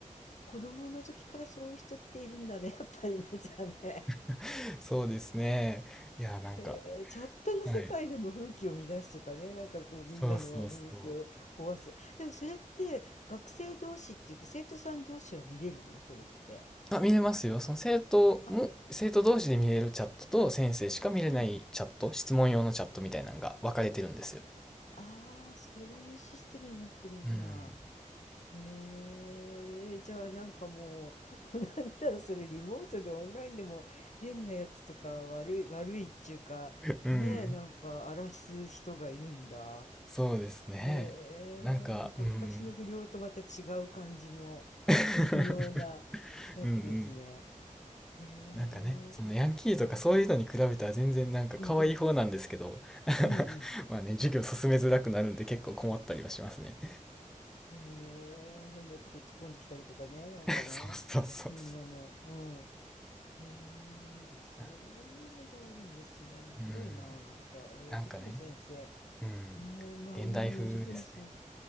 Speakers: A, on the left (about 60°); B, in the centre.
A: 子供の時からそういう人っているんだね。やっぱりね、じゃあね。
B: <laughs> そうですね。いや、なんか、
A: へえ、チャットの世界でも風紀を乱すとかね、
B: はい。
A: なんかこうみんなの雰囲気を壊す。
B: そうそうそ
A: でもそれって学生同士っていうか生徒さん同士は見れるのそれって。
B: う。あ、見れますよ。その生徒も、
A: あ、
B: 生徒同士で見れるチャットと先生しか見れないチャット、
A: うん。
B: 質問用のチャットみたいなのが分かれてるんですよ。
A: ああ、そういうシステムになってるんだ。
B: うん。
A: へえ、じゃあなんかもう、<laughs> なんだろう、それリモートでオンラインでも変なやつとか悪い、悪いっていうか、
B: うん。
A: ねえ、なんか荒らす人がいるんだ。
B: そうですね。
A: へえ、
B: なんか、
A: なんか昔の不良とまた違う感じの
B: うん。<laughs>
A: <laughs> 微妙なやつですね。
B: うんうん。
A: へ
B: なんかね、そのヤンキーとかそういうのに比べたら全然なんか可愛い方なんですけど、
A: え、うん、うん、うん。
B: <laughs> まあね、授業進めづらくなるんで結構困ったりはしますね。
A: へえ、変なとこ突っ込んできたりとかね、
B: <laughs>
A: なんかね、
B: そうそうそうそ
A: みんなの、うん。へえ、あ、そういうのがあるんですね。
B: う。
A: 面白いな、
B: うん。
A: なんか。えー塾の先生。
B: なんかね、
A: へ
B: うん。
A: え、まあ今の塾の先生。
B: 現代風ですね。